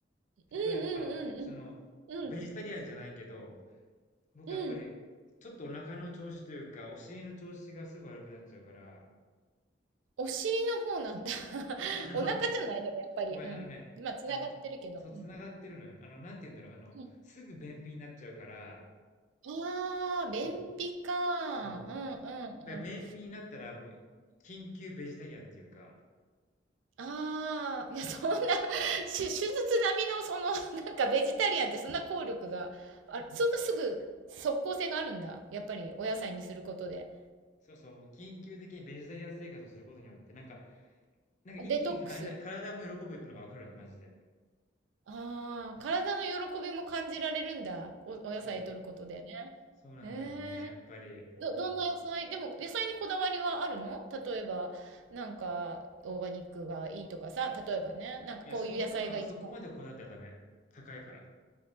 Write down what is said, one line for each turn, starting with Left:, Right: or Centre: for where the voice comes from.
Right: うんうんうんうん。
Left: 例えば、その、ベジタリアンじゃないけど、
Right: うん。
Left: 僕やっぱり、
Right: うん。
Left: ちょっとお腹の調子というか、お尻の調子がすぐ悪くなっちゃうから、
Right: お尻の方なんだ。<laughs>
Left: いやあの、
Right: お腹じゃないでもやっぱり。
Left: ごめん、
Right: うん。
Left: あのね、
Right: 今つながってるけど。
Left: あの、そう、つながってるのよ。
Right: うん。
Left: あの、なんて言うんだろう、あの、
Right: うん。
Left: すぐ便秘になっちゃうから、
Right: ああ、便秘か。
Left: そう、
Right: うんうんうん。
Left: そう。だから便秘になったら、もう、緊急ベジタリアンっていうか、
Right: ああ、いや、そんな、<laughs> し手術並みの、その、<laughs> なんか、ベジタリアンってそんな効力が、あそんなすぐ、即効性があるんだ。やっぱり、お野菜にすることで。
Left: そうそう、緊急的にベジタリアン生活をすることによって、なんか、なんか一気に体、
Right: デトックス。
Left: 体も喜ぶっていうのがわかるわけ、マジで。
Right: ああ、体の喜びも感じられるんだ。お、お野菜摂ることでね。
Left: そう。そうなんだよね、
Right: え
Left: やっぱり。
Right: え
Left: うん。
Right: ど、どんな野菜でも、野菜にこだわりはあるの例えば、なんか、オーガニックがいいとかさ、例えばね、なんかこういう野菜が一番。
Left: いや、そんなの、そこまでこだわってはダメ。高いから。